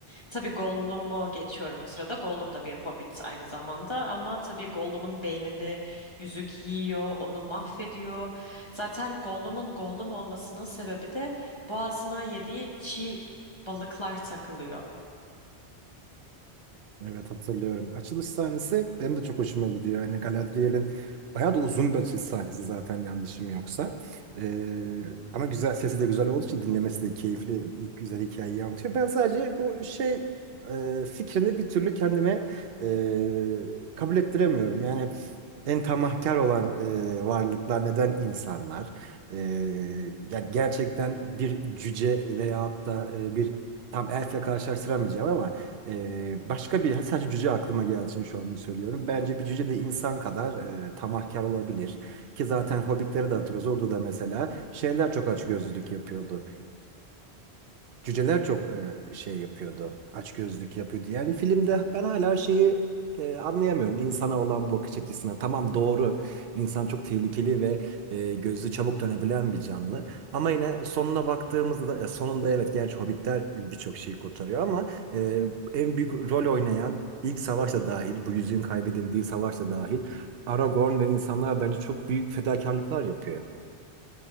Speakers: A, on the left; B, on the right.
A: Tabii Gollum'u geçiyorum o sırada. Gollum da bir hobbit aynı zamanda ama tabii Gollum'un beynini Yüzük yiyor, onu mahvediyor. Zaten Gollum'un Gollum olmasının sebebi de boğazına yediği çiğ balıklar takılıyor.
B: Evet hatırlıyorum. Açılış sahnesi benim de çok hoşuma gidiyor. Yani Galadriel'in bayağı da uzun bir açılış sahnesi zaten yanlışım yoksa. Ee, ama güzel sesi de güzel olduğu için dinlemesi de keyifli. ilk güzel hikayeyi anlatıyor. Ben sadece bu şey e, fikrini bir türlü kendime e, kabul ettiremiyorum. Yani en tamahkar olan e, varlıklar neden insanlar? E, yani gerçekten bir cüce veyahut da e, bir tam elfle karşılaştıramayacağım ama ee, başka bir sadece cüce aklıma geldiği için şu anda söylüyorum. Bence bir cüce de insan kadar e, tamahkar olabilir. Ki zaten Hobbit'leri de hatırlıyoruz. Orada da mesela şeyler çok açgözlülük yapıyordu. Cüceler çok e, şey yapıyordu. Açgözlük yapıyordu. Yani filmde ben hala şeyi e, anlayamıyorum. insana olan bu bakış açısına. Tamam doğru. İnsan çok tehlikeli ve e, gözü çabuk dönebilen bir canlı. Ama yine sonuna baktığımızda ya sonunda evet gerçi hobbitler birçok şeyi kurtarıyor ama e, en büyük rol oynayan ilk savaşta dahil bu yüzüğün kaybedildiği savaşta dahil Aragorn ve insanlar bence çok büyük fedakarlıklar yapıyor.